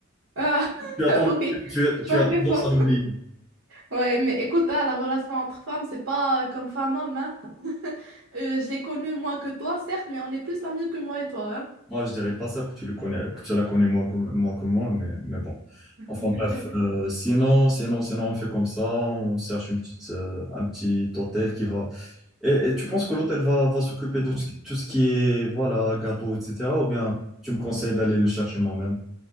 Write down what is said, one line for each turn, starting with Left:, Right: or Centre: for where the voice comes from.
Right: Ah, <laughs>
Centre: Tu as tendance,
Right: oui,
Centre: tu, as-
Right: tu
Centre: tu
Right: as
Centre: as tendance
Right: raison.
Centre: à l'oublier.
Right: Ouais, mais écoute, hein, la relation entre femmes, c'est pas euh, comme femme-homme, Euh, je les connais moins que toi, certes, mais on est plus amis que moi et toi, hein.
Centre: Moi, je dirais pas ça que tu le connais, que tu la connais moins que, moins que moi, mais, mais bon.
Right: <laughs>
Centre: Enfin bref, euh, sinon, sinon, sinon, on fait comme ça, on cherche une petite, euh, un petit hôtel qui va. Et, et tu penses que l'hôtel va, va s'occuper de tout ce qui tout ce qui est, voilà, gâteau, etc. Ou bien tu me conseilles d'aller le chercher moi-même?